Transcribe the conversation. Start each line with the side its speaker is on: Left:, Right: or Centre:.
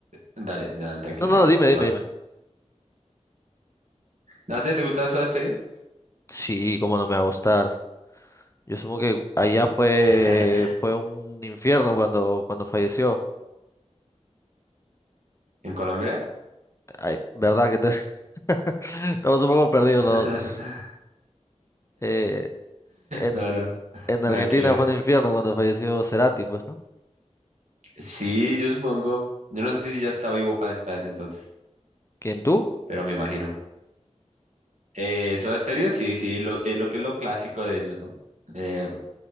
Right: Dale, no, tranquilo,
Left: no, no,
Right: tranquilo.
Left: dime, dime,
Right: Además,
Left: dime.
Right: no sé, ¿te gusta Soda Stereo?
Left: Sí, cómo no me va a gustar. Yo supongo que allá fue,
Right: <laughs>
Left: fue un infierno cuando, cuando falleció.
Right: ¿En Colombia?
Left: Ay, verdad que te- <laughs> estamos un poco perdidos
Right: <laughs>
Left: los dos. Eh, en-
Right: No, no,
Left: En Argentina
Right: nada que ver.
Left: fue un infierno cuando falleció Cerati, pues, ¿no?
Right: Sí, yo supongo. Yo no sé si ya estaba vivo para, para ese entonces,
Left: ¿Quién tú?
Right: pero me imagino. Eh, Soda Stereo, sí, sí, lo que, lo que es lo clásico de ellos, ¿no? Eh,